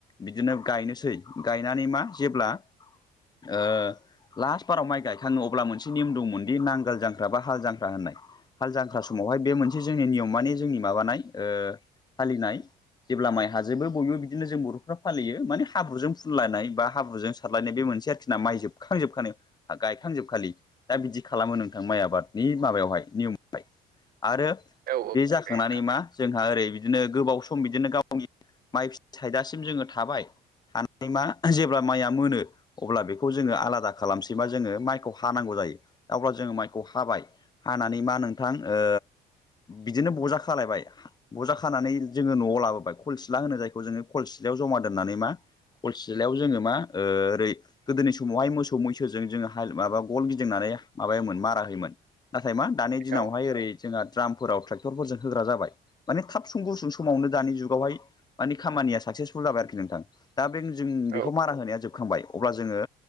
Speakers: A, on the left; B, on the right.
A: बिदिनो गायनोसै गायनानै मा जेब्ला ओ लास्ट बाराव माइ गाय खाङो अब्ला मोनसे नियम दंमोन दि नांगोल जांख्रा बा हाल जांख्रा होननाय हाल जांख्रा समावहाय बे मोनसे जोंनि नियम मानि जोंनि माबानाय ओ फालिनाय जेब्ला माइ हाजोबो बयबो बिदिनो जों बर'फ्रा फालियो माने हाब्रुजों फुनलायनाय बा हाब्रुजों सारलायनाय बे मोनसे आरोखिना माइ जोबखांजोबनानै गायखांजोबखालि दा बिदि खालामो नोंथां माइ आबादनि माबायावहाय नियमावहाय आरो
B: औ औ
A: बे जाखांनानै
B: थारैनो नोंथां
A: मा
B: औ
A: जोंहा ओरै बिदिनो गोबाव स सम बिदिनो गावनि माइ फि <inaudible> थाइजासिम जोङो थाबाय थानानै मा जेब्ला माइया मोनो अब्ला बेखौ जोङो आलादा खालामसै मा जोङो माइखौ हानांगौ जायो अब्ला जोङो माइखौ हाबाय हानानै मा नोंथां ओ बिदिनो बजा खालायबाय बजा खानानै जोङो न'आव लाबोबाय खलसिला होनो जायखौ जोङो खलसिलायाव ज'मा दोन्नानै मा खलसिलायाव जोङो मा ओ ओरै गोदोनि समावहाय मोसौ-मैसो जों जोङो हाल माबा गल गिदिंनानै माबायोमोन मारा होयोमोन नाथाय मा दानि
B: औ
A: दिनावहाय ओरै जोंहा ड्रामफोराव ट्रेक्टरफोरजों होग्रा जाबाय माने थाब सुं गुसुं समावनो दानि जुगावहाय मानि खामानिया साक्सेसफुल जाबाय आरोखि नोंथां दा बे जों बिखौ
B: औ
A: मारा होनाया जोबखांबाय अब्ला जोङो